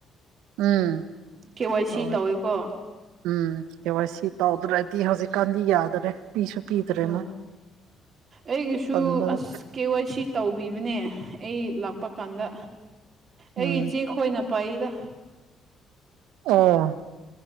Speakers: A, on the right; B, on the right.
A: ꯎꯝ
B: ꯀꯦ ꯋꯥꯏ ꯁꯤ
A: ꯇꯧꯋꯦ
B: ꯇꯧꯋꯦꯀꯣ
A: ꯎꯝ ꯀꯦ ꯋꯥꯏ ꯁꯤ ꯇꯧꯗ꯭ꯔꯦ ꯗꯤ ꯍꯧꯖꯤꯛꯀꯥꯟꯗꯤ ꯌꯥꯗꯔꯦ ꯄꯤꯁꯨ ꯄꯤꯗ꯭ꯔꯦ
B: ꯑ
A: ꯃꯣꯏ
B: ꯑꯩꯒꯤꯁꯨ
A: ꯇꯟꯕꯗꯣ
B: ꯑꯁ ꯀꯦ ꯋꯥꯏ ꯁꯤ ꯇꯧꯕꯤꯕꯅꯦ ꯑꯩ ꯂꯥꯛꯄ ꯀꯥꯟꯗ
A: ꯎꯝ
B: ꯑꯩꯒꯤ ꯏꯆꯦ ꯈꯣꯏꯅ ꯄꯥꯏꯗ
A: ꯑꯣ